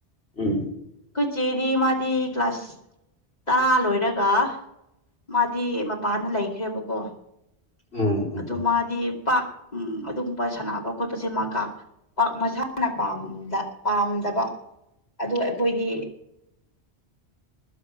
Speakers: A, on the left; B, on the left.
A: ꯎꯝ
B: ꯑꯩꯈꯣꯏ ꯆꯦꯗꯤ ꯃꯥꯗꯤ ꯀ꯭ꯂꯥꯁꯥꯁ ꯇꯔꯥ ꯂꯣꯏꯔꯒ ꯃꯥꯗꯤ ꯃꯄꯥꯟꯗ ꯂꯩꯈ꯭ꯔꯦꯕꯀꯣ
A: ꯎꯝ ꯎꯝ
B: ꯑꯗꯨ
A: ꯎꯝ
B: ꯃꯥꯗꯤ ꯄꯥꯛ ꯎꯝ ꯑꯗꯨꯒꯨꯝꯕ ꯁꯥꯟꯅꯕ ꯈꯣꯠꯄꯁꯦ ꯃꯥ ꯀꯥ ꯃꯁꯥꯅ ꯄꯥꯝꯗꯕ ꯑꯗꯨ ꯑꯩꯈꯣꯏꯗꯤ
A: <inaudible>